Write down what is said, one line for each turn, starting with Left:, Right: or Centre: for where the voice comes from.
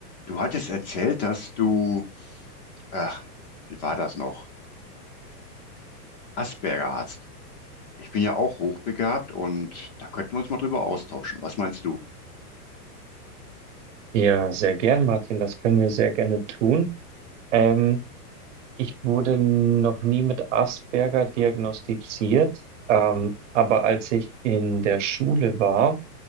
Left: Du hattest erzählt, dass du, ach, wie war das noch? Asperger hast. Ich bin ja auch hochbegabt und da könnten wir uns mal drüber austauschen. Was meinst du?
Right: Ja, sehr gern, Martin. Das können wir sehr gerne tun. Ähm, ich wurde noch nie mit Asperger diagnostiziert, ähm, aber als ich in der Schule war,